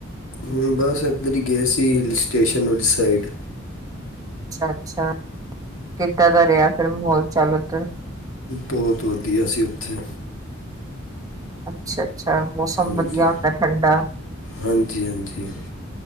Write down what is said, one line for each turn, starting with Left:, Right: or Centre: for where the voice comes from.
Left: ਮੁੰ ਬਸ ਅੱਦਰਰੀ ਗਏ ਸੀ ਹਿਲ ਸਟੇਸ਼ਨ ਉਲ ਸਾਈਡ।
Right: ਅੱਛਾ ਅੱਛਾ ਕਿੱਦਾਂ ਦਾ ਰਿਹਾ ਫਿਰ ਮਾਹੌਲ ਚੱਲ ਉਧਰ।
Left: ਬਹੁਤ ਵਧੀਆ ਸੀ ਉੱਥੇ
Right: ਅੱਛਾ ਅੱਛਾ ਮੌਸਮ
Left: ਹਾਂਜੀ
Right: ਵਧੀਆ ਹੁੰਦਾ ਠੰਡਾ।
Left: ਹਾਂਜੀ ਹਾਂਜੀ